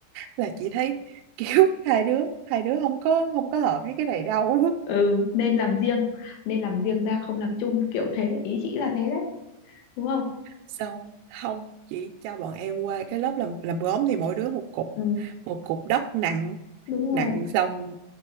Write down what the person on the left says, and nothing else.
Ừ, nên làm riêng nên làm riêng ra không làm chung kiểu thế ý chị là thế đấy đúng không
ừ
đúng
rồi